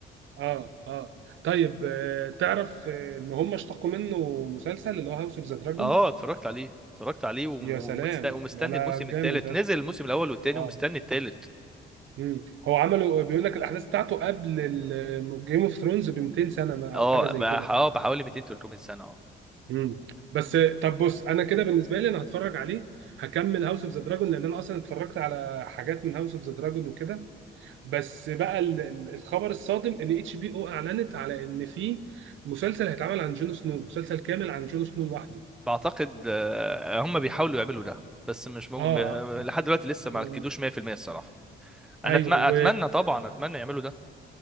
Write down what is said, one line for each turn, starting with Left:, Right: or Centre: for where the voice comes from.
Right: اه اه طيب آه، تعرف آه، ان هم اشتقوا منه مسلسل اللي هو هاوس اوف ذا دراجون
Centre: اه اتفرجت عليه اتفرجت عليه وم-
Right: يا
Centre: ومست-
Right: سلام
Centre: ومستني
Right: انا
Centre: الموسم
Right: جامد
Centre: الثالث
Right: ده
Centre: نزل الموسم الاول والثاني
Right: اه
Centre: ومستني الثالث
Right: مم. هو عمله بيقول لك الاحداث بتاعته قبل جيم اوف ثرونز ب 200 سنه ما-
Centre: اه
Right: او حاجه زي
Centre: بح-
Right: كده
Centre: اه بحوالي 200 300 سنه اه
Right: مم. بس آه، طب بص انا كده بالنسبه لي انا هتفرج عليه هكمل هاوس اوف ذا دراجون لان انا اصلا اتفرجت على حاجات من هاوس اوف ذا دراجون وكده بس بقى ال- ال- الخبر الصادم ان اتش بي او اعلنت على ان في مسلسل هيتعمل عن جون سنو مسلسل كامل عن جون سنو لوحده
Centre: بعتقد آه، هم بيحاولوا يعملوا ده بس مش ممكن
Right: اه
Centre: لحد دلوقتي لسه
Right: و...
Centre: ما اكدوش 100% الصراحه انا
Right: ايوه
Centre: أتم- اتمنى
Right: و...
Centre: طبعا اتمنى يعملوا ده